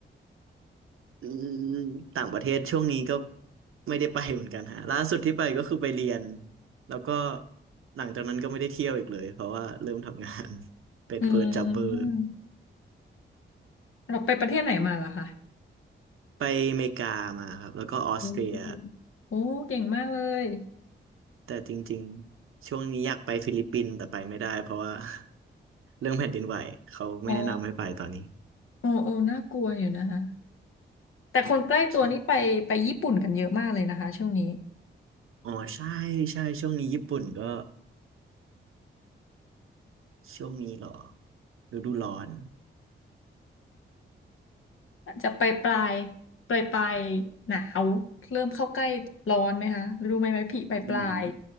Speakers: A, on the right; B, on the left.
A: อืมต่างประเทศช่วงนี้ก็ไม่ได้ไปเหมือนกันฮะล่าสุดที่ไปก็คือไปเรียนแล้วก็หลังจากนั้นก็ไม่ได้เที่ยวอีกเลยเพราะว่าเริ่มทำงาน <laughs> เป็นเพิร์จับเบอร์
B: อืม เราไปประเทศไหนมาเหรอคะ
A: ไปอเมริกามาครับแล้วก็ออสเตรีย
B: โอ้โอ้เก่งมากเลย
A: แต่จริงๆช่วงนี้อยากไปฟิลิปปินส์แต่ไปไม่ได้เพราะว่า <laughs> เรื่องแผ่นดินไหวเขาไม่แนะนำให้ไปตอนนี้
B: อ๋อโอ้โอ้น่ากลัวอยู่นะคะแต่คนใกล้ตัวนี่ไปไปญี่ปุ่นกันเยอะมากเลยนะคะช่วงนี้
A: ใช่อ๋อใช่ใช่ช่วงนี้ญี่ปุ่นก็ช่วงนี้เหรอฤดูร้อน
B: จะไปปลายปลายปลายหนาวเริ่มเข้าใกล้ร้อนไหมคะรู้ไหมไหมพี่ปลายปลาย
A: อืม